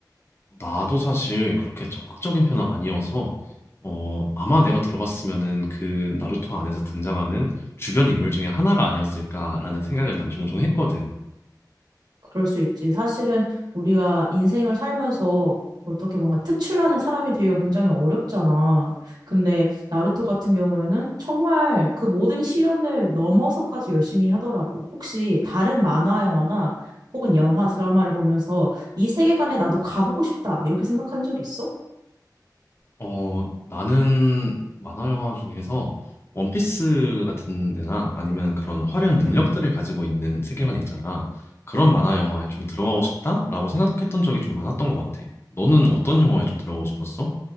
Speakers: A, on the left (about 35°); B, on the right (about 65°).
A: 나도 사실 그렇게 적극적인 편은 아니어서 어, 아마 내가 들어갔으면은 그 나루토 안에서 등장하는 주변 인물 중에 하나가 아니었을까라는 생각을 난 종종 했거든.
B: 그럴 수 있지. 사실은 우리가 인생을 살면서 어떻게 뭔가 특출나는 사람이 되기가 굉장히 어렵잖아. 근데 나루토 같은 경우에는 정말 그 모든 시련을 넘어서까지 열심히 하더라고. 혹시 다른 만화 영화나 혹은 영화 드라마를 보면서 이 세계관에 나도 가보고 싶다. 이렇게 생각한 적 있어?
A: 어, 나는 만화 영화 중에서 원피스 같은 데나 아니면 그런 화려한 능력들을 가지고 있는 세계관 있잖아. 그런 만화 영화에 좀 들어가고 싶다라고 생각했던 적이 좀 많았던 것 같아. 너는 어떤 영화에 좀 들어가고 싶었어?